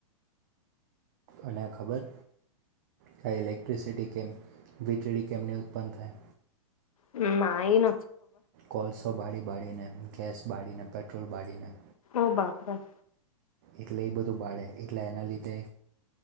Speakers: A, on the right; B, on the left.
A: અને આ ખબર, કે ઇલેક્ટ્રિસિટી કેમ વીજળી કેમને ઉત્પન્ન થાય?
B: હમ ના એન
A: કોલસો બાળી બાળીને ગેસ બાળીને. પેટ્રોલ બાળીને.
B: ઓ બાપરા.
A: એટલે એ બધું બાળે એટલે એના લીધે